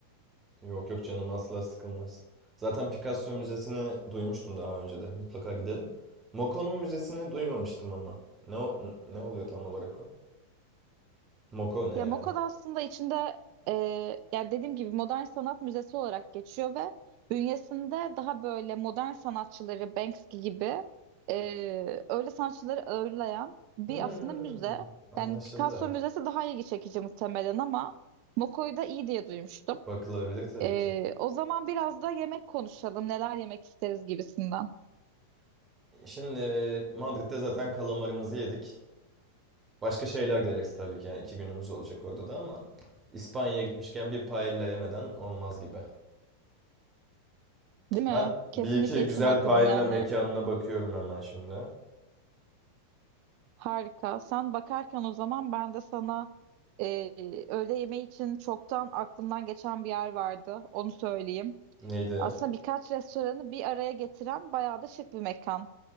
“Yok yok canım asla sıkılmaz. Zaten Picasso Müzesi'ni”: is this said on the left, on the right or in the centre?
Right